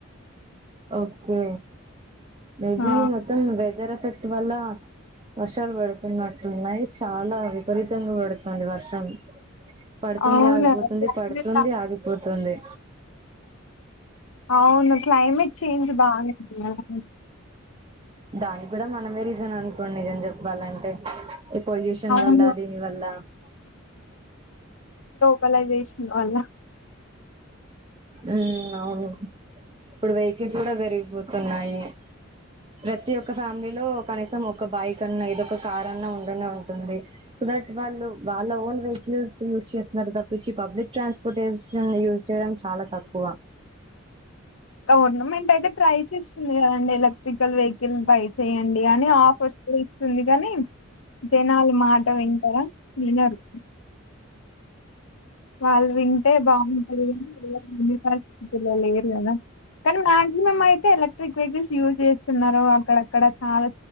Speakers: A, on the right; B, on the left.
A: ఓకే మేబి
B: ఆ
A: మొత్తం వెదర్ ఎఫెక్ట్ ఇటి వల్ల వర్షాలు పడుతున్నట్టున్నాయి. చాలా విపరీతంగా పడుతుంది వర్షం పడుతుంది,
B: అవును
A: ఆగిపోతుంది,
B: క్లైమేట్
A: పడుతుంది, ఆగిపోతుంది
B: అవును క్లైమేట్ చేంజ్ బాగలే <unintelligible>
A: దానికి కూడా మనమే రీజన్ అనుకోండి. నిజం చెప్పాలంటే పొల్యూషన్
B: అవును
A: వల్ల దీని వల్ల
B: పోలైజెషన్ వల్ల
A: హ్మ్ అవును ఇప్పుడు వెహికల్స్ కూడా పెరిగిపోతు తున్నాయి. ప్రతి ఒక్క ఫ్యామిలీలో కనీసం ఒక బైక్ అన్నా ఏదొ ఒక కార్ అన్నా ఉండనే ఉంటుంది. సో దట్ వాళ్ళు వాళ్ళ ఓన్ వెహికల్స్ యూజ్ చేస్తున్నారు. తప్పిచ్చి పబ్లిక్ ట్రాన్స్పోర్టేషన్ యూస్ చేయడం చాలా తక్కువా
B: గవర్నమెంట్ అయితే ట్రై చేస్తుంది. కదండి ఎలక్ట్రికల్ వెహికల్ పై చెయ్యండి. గాని ఆఫర్స్ ఇస్తుంది కాని జనాలు మాట వింటారా వినరు. వాళ్ళు వింటే బాగుంటది <unintelligible> లేదు కదా కానీ మాక్సిమం అయితే ఎలక్ట్రిక్ వెహికల్స్ యూజ్ చేస్తున్నారు. అక్కడక్కడ చాలా